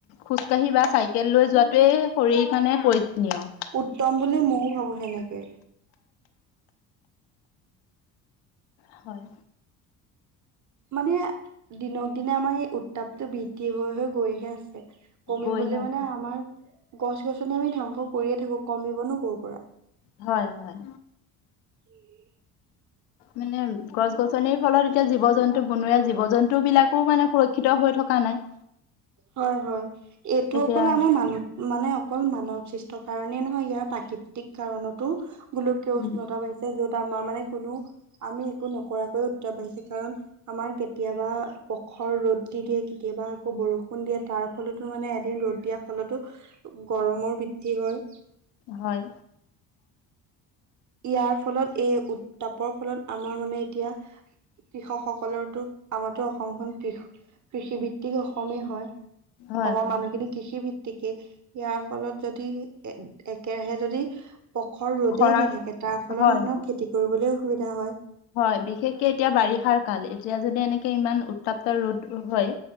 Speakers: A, on the left (about 80°); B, on the right (about 40°).
A: খোজকাঢ়ি বা চাইকেল লৈ যোৱাটোৱেই পৰি মানে প্ৰয়োজনীয়।
B: উত্তম বুলি মইয়ো ভাবোঁ সেনেকে।
A: হয়।
B: মানে দিনক দিনে আমাৰ এই উত্তাপ টো বৃদ্ধি হৈ হৈ গৈহে আছে। কমিবলৈ
A: গৈহে আছে
B: মানে আমাৰ গছ গছনি আমি ধ্বংস কৰিয়ে থাকোঁ কমিব নো ক'ৰ পৰা।
A: হয়, হয়।
B: <unintelligible>
A: মানে গছ গছনিৰ ফলত এতিয়া জীৱ জন্তু বনাই জীৱ জন্তু বিলাকো মানে সুৰক্ষিত ক্ষিত হৈ থকা নাই।
B: হয়, হয়। এইটো
A: এতিয়া
B: অকল আমাৰ মানব মানে অকল মানৱ সৃষ্ট কাৰণেই নহয়। ইয়াৰ প্ৰাকৃতিক কাৰণতো। গোলকীয়
A: উম
B: উষ্ণতা বাঢ়িছে য'ত আমাৰ মানে কোনো আমি একো নকৰাকৈ। বাঢ়িছে কাৰণ আমাৰ কেতিয়াবা পখৰ ৰ'দ দি দিয়ে কেতিয়াবা আকৌ বৰষুণ। দিয়া তাৰ ফলতো মানে এদিন ৰ'দ দিয়া ফলতো গৰমৰ বৃদ্ধি হয়।
A: হয়।
B: ইয়াৰ ফলত এই উত্তাপৰ ফলত আমাৰ মানে এতিয়া। কৃষকসকলৰতো আমাৰটো অসমখন কৃষ কৃষি ভিত্তিক অসমেই হয়।
A: হয়
B: অসমৰ
A: হয়
B: মানুহখিনি কৃষি ভিত্ত গতিকে, ইয়াৰ ফলত যদি এ একেৰাহে যদি পখৰ ৰ'দেই
A: খৰাং
B: দি থাকে। তাৰ ফলত
A: হয়
B: মানুহৰ খেতি কৰিবলৈ অসুবিধা হয়।
A: হয়, বিশেষকে এতিয়া বাৰিষাৰ কাল এতিয়া যদি এনেকে ইমান উত্তাপ্ত ৰ'দ হয়।